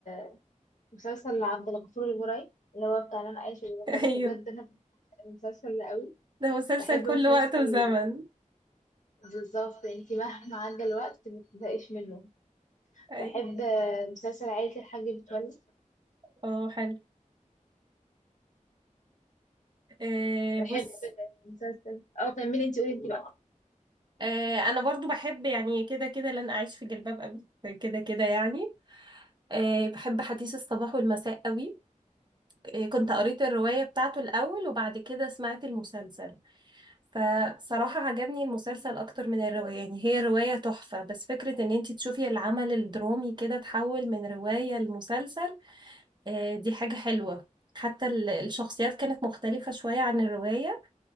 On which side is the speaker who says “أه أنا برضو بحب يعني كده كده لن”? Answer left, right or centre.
Right